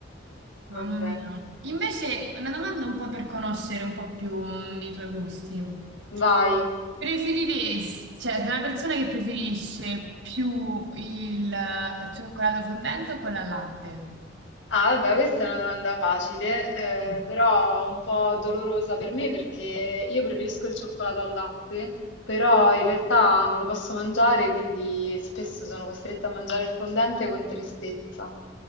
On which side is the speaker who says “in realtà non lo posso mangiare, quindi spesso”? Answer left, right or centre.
Left